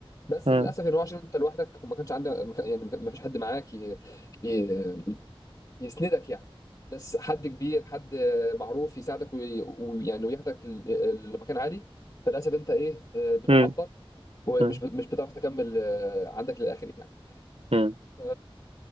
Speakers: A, on the left (about 40°); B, on the right (about 75°).
A: بس
B: مم.
A: للاسف ان هو عشان انت لوحدك وما كانش عندك ما كان- يعني ما كان- ما فيش حد معاك ي- ي- يسندك يعني ناس حد كبير حد معروف يساعدك وي- ويعني وياخدك ل- لمكان عالي فللاسف انت ايه آه، بتحبط
B: مم.
A: ومش
B: مم.
A: ب- مش بتعرف تكمل آه، عندك للاخر يعني
B: مم.
A: ف...